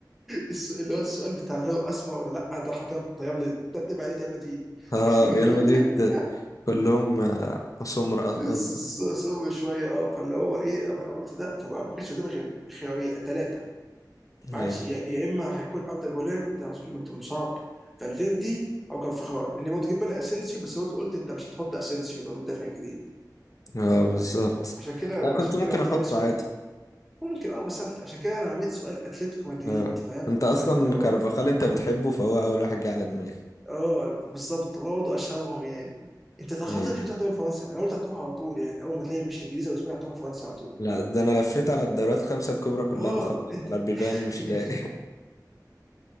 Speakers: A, in the centre; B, on the left.
A: الس- <laughs> اللي هو السؤال بتاع لو اسمر ولا لا ده حرفيا طيب لي تتبع عليه ريال مدريد
B: اه
A: <laughs>
B: ريال مدريد كلهم آه، سمر اصلا
A: س-
B: ف...
A: س- صعب شويه اه فاللي هو ايه طب انا قلت ده فما ما كانش قدامي غير خيارين ثلاثه
B: ايوه
A: ماتش يا يا اما هيكون افضل جولير وده قلت مصاب فالفيردي او كارفخال لان يعني برضه جيب بالي اسينسيو بس قلت قلت انت مش هتحط اسينسيو اللي هو المدافع الجديد
B: اه بالظبط
A: عشان كده
B: لا
A: وعشان
B: كنت ممكن
A: كده رحت
B: احطه
A: رامي سؤال
B: عادي
A: ممكن اه بس أنا- عشان كده انا رميت سؤال اتلتيكو مدريد
B: اه
A: فاهم
B: انت اصلا
A: اللي هو
B: كارفاخال انت بتحبه فهو اول واحد جه على دماغي
A: اه بالظبط هو ده اشهرهم يعني انت اتاخرت
B: ايوه
A: مش هتروح دوري فرنسا انا قلت هتروح على طول يعني اول ما تلاقي مش انجليزي او اسباني هتروح فرنسا على طول
B: لا ده انا لفيت على الدوريات الخمسة الكبرى كلها
A: اه
B: بخبط
A: انت
B: على البيبان
A: <laughs>
B: مش لاقي